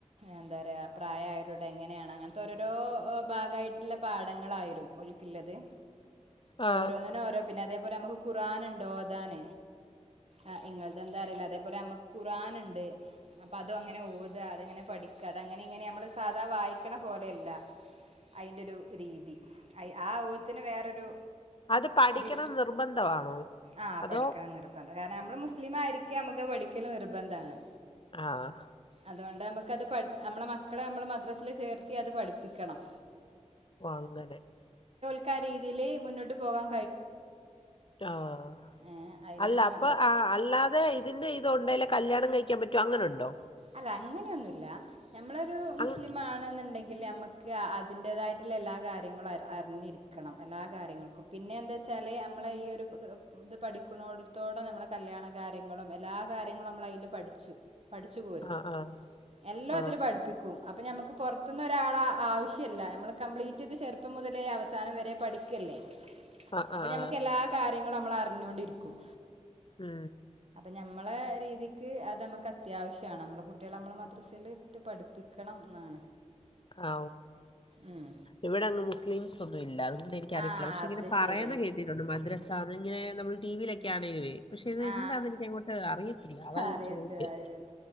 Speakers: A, on the right; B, on the left.
A: എന്താ പറയുക പ്രായമായവരോട് എങ്ങനെയാണ് അങ്ങനത്തെ ഓരോരോ ഭാഗമായിട്ടുള്ള പാടങ്ങളായിരും ഉൽക്കുള്ളത്
B: ആ
A: ഓരോന്നിനും ഓരോ പിന്നെ അതേപോലെ നമുക്ക് ഖുർആൻഉണ്ട് ഓതാൻ ആ ഇംഗ്ളിതെന്താ അറില്ല അതെ പിന്നെ നമക്ക് ഖുർആൻ ഉണ്ട് അപ്പൊ അതും അങ്ങനെ ഓതുവാ അത് അങ്ങനെ പഠിക്കുവാ അത് അങ്ങനെ ഇങ്ങനെ നമ്മള് സാധാ വായിക്കണ പോലെയല്ല അതിന്റെ ഒരു രീതി ആയി ആ ഒരു ഓത്തിന് വേറൊരു
B: അത് പഠിക്കണം
A: ഒരു
B: നിർബന്ധമാണോ
A: ആഹ്
B: അതോ
A: പഠിക്കണന്ന് നിർബന്ധ കാരണം നമ്മള് മുസ്ലിം ആരിക്കെ നമുക്ക് പഠിക്കല് നിർബന്ധണ്
B: ആഹ്
A: അതുകൊണ്ട് നമുക്കത് പഠിനമ്മള മക്കളെ നമ്മള് മദ്രാസില് ചേർത്തി അത് പഠിപ്പിക്കണം
B: ഓഹ് അങ്ങനെ
A: ക്കാ രീതിയിൽ മുന്നോട്ട് പോകാം
B: ആഹ്
A: ഏഹ് അയിനാണ്
B: അല്ല അപ്പൊ
A: മദ്രസ
B: ആഹ് അല്ലാതെ ഇതിന്റെ ഇത് ഉണ്ടെലെ കല്യാണം കഴിക്കാൻ പറ്റു അങ്ങനെ ഉണ്ടോ
A: അല്ല അങ്ങനെയൊന്നുല്ലാ ഞമ്മളരു മുസ്ലിം
B: അങ്
A: ആണെന്നുണ്ടെങ്കിൽ നമ്മുക്ക് അതിന്റേതായിട്ട് എല്ലാ കാര്യങ്ങളും അറിഞ്ഞിരിക്കണം എല്ലാ കാര്യങ്ങൾക്കും പിന്നെ എന്താ വെച്ചാല് നമ്മളെ ഈ ഒരു ഇത് പഠിക്കുന്നടത്തോടെ നമ്മെ കല്യാണ കാര്യങ്ങളും എല്ലാ കാര്യങ്ങളും നമ്മള് അതിൽ പഠിച്ചു പാ ച്ച് പോരും
B: ആഹ് ആഹ്
A: എല്ലാം
B: ആഹ്
A: അതില് പഠിപ്പിക്കും അപ്പം ഞമക്ക് പുറത്തുനിന്ന് ഒരാളെ ആവശ്യല്ല ഞമ്മൾ കംപ്ലീറ്റ് ഇത് ചെറുപ്പം മുതലേ അവസാനം വരെ പഠിക്കല്ലേ
B: ആഹ്
A: അപ്പൊ
B: ആഹ്
A: ഞമ്മക്ക്
B: ആഹ്
A: എല്ലാ കാര്യങ്ങളും നിങ്ങൾ നമ്മൾ അറിഞ്ഞൊണ്ടിരിക്കും
B: മ്മ്
A: ഞമ്മളെ രീതിക്ക് അത് നമുക്ക് അത്യാവശ്യം യാണ് നമ്മുടെ കുട്ടികളെ നമ്മൾ മദ്രസെൽ വിട്ട് പഠിപ്പിക്കണം എന്നാണ്
B: ആ
A: ഉം
B: ഇവിടെങ്ങ് മുസ്ലിംസ് സ്വത്ത്‌ ഒന്നും ഇല്ല അതുകൊണ്ട് എനിക്ക് അറിയത്തില്ല
A: ആ
B: പക്ഷെ
A: അത്
B: ഇങ്ങനെ പറയുന്ന
A: ശരിയാ
B: കേട്ടിട്ടുണ്ട് മദ്രാസിലാണ് സാധാ ഇങ്ങനെ നമ്മള് ടി വി യിലൊക്കെ ആണേലേവേ പക്ഷെ ഇത്
A: ആ
B: എന്താന്ന് എനിക്ക് അങ്ങോട്ട്- അറിയത്തില്ല അതാ ഞാൻ
A: അറിയത്തില്ല
B: ചോദിച്ചേ
A: അത് ശരി